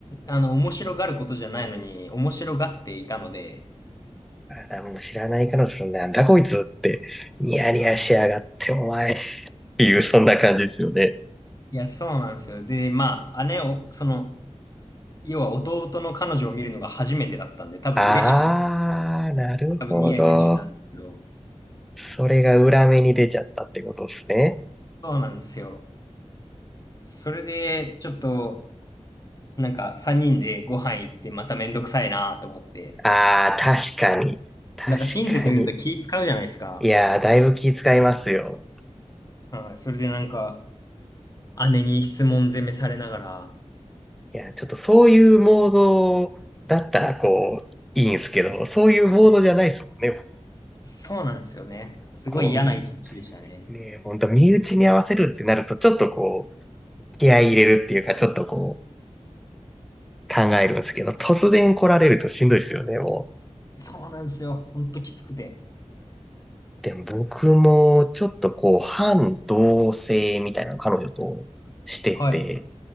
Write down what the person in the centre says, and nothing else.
あー、もう知らない彼女さん、なんだこいつって、ニヤニヤしやがって、
お前っていう、そんな感じですよね。
あー、なるほど。
それが裏目に出ちゃったってことですね。
あー、確かに。確かに。
いやー、だいぶ気遣いますよ。
いや、ちょっとそういうモードだったら、こう、いいんすけど、そういうモードじゃないですもんね。
こう、みね、本当身内に合わせるってなると、ちょっとこう、気合い入れるっていうか、ちょっとこう、考えるんですけど、突然来られるとしんどいですよね、もう。
でも僕もちょっとこう反同性みたいなの彼女としてて、